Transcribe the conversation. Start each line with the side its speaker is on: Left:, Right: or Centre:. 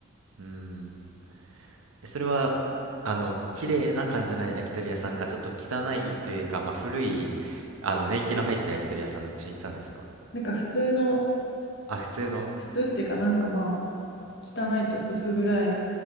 Right: うーん。それは、あの、綺麗な感じの焼き鳥屋さんか、ちょっと汚いというか、まあ、古い、あの、年季の入った焼き鳥屋さん、どっちに行ったんですか
Left: なんか普通の、
Right: あ、普通の。
Left: 普通っていうかなんかまあ、汚いというか薄暗い、